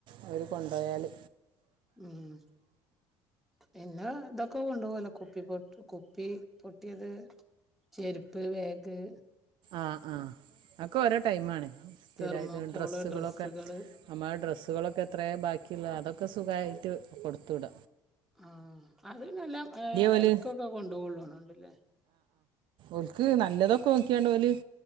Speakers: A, on the right; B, in the centre.
A: അവര് കൊണ്ടുപോയാല്
B: ഉം പിന്നെ ഇതൊക്കെ കൊണ്ടോവല്ലോ കുപ്പി പൊട്ട കുപ്പി പൊട്ടിയത് ചെരുപ്പ് വേഗ്
A: ആഹ് ആഹ് അഒക്കെ ഓരോ ടൈമാണ്
B: തെർമോക്കോള്
A: <unintelligible> ഡ്രസ്സുകളൊക്കെ
B: ഡ്രെസ്സുകള്
A: നമ്മ ഡ്രസ്സുകളൊക്കെ എത്രേ ബാക്കിള്ള അതൊക്കെ സുഖായിട്ട് കൊടുത്തുവിട
B: ആഹ് അത് ന്നെല്ലാം
A: ഓല്
B: ഇടക്കൊക്കെ കൊണ്ടപോവോള്ളോന്ന്ണ്ട്ല്ലേ
A: ഒക്ക് നല്ലതൊകൊൽക് ത്യണ്ടോല്